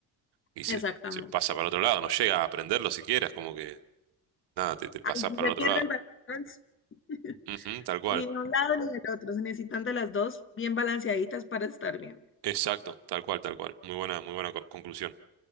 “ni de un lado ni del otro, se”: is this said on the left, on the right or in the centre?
Left